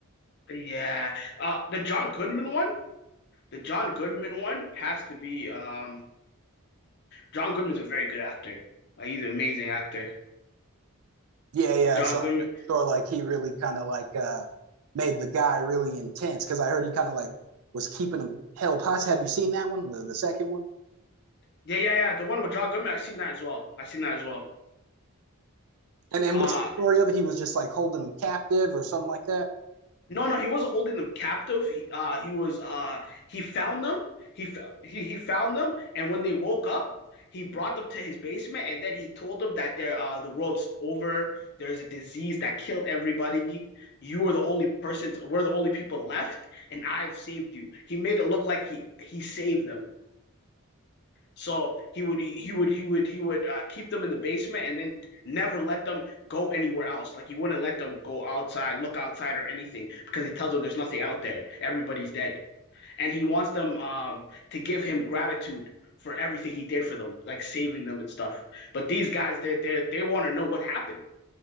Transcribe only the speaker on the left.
yeah. Uh, the John Goodman one? The John Goodman one has to be um John Goodman's a very good actor. Like he's an amazing actor.
John
Goodman.
Yeah, yeah, yeah. The one with John Goodman, I seen that as well. I seen that as well.
Uh
No, no, he wasn't holding them captive. He, uh, he was. Uh, he found them. He, fo- he he found them, and when they woke up, he brought them to his basement, and then he told them that they're, uh, the world's over. There's a disease that killed everybody. You are the only persons. We're the only people left, and I've saved you. He made it look like he he saved them. So he would he would he would he would uh, keep them in the basement and then never let them go anywhere else. Like he wouldn't let them go outside, look outside or anything because he tells them there's nothing out there. Everybody's dead. And he wants them um to give him gratitude for everything he did for them, like saving them and stuff. But these guys they they they want to know what happened.